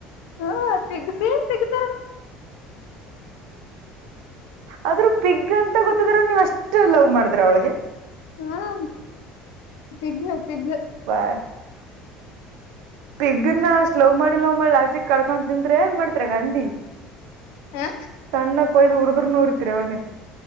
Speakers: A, on the left; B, on the right.
A: ಹ್ಮ ಪಿಗ್ಸಿ ಪಿಗ್ತರನೆ.
B: ಆದ್ರೂ ಪಿಗ್ ಅಂತ ಗೊತ್ತಿದ್ರ ನೀವ್ ಅಷ್ಟು ಲವ್ ಮಾಡಿದ್ರ ಅವಳಿಗೆ.
A: ಹ್ ಪಿಗ್ ಪಿಗ್.
B: ಬಾರ್ ಪೆಗ್ನ್ನ ಸ್ಲವ್ ಮಾಡಿ ಲವ್ ಮಾಡಿ ಲಾಸ್ಟಕ್ ಕಳ್ಕೊಂಡ ತಂತ್ರ ಏನ್ ಮಾಡ್ತರ ಗಾಂಧಿ
A: ಹ
B: ಸಣ್ಣ ಕೊಯ್ದ ಉುರ್ದ್ರೂರ್ತಿರಿವ ನೀವು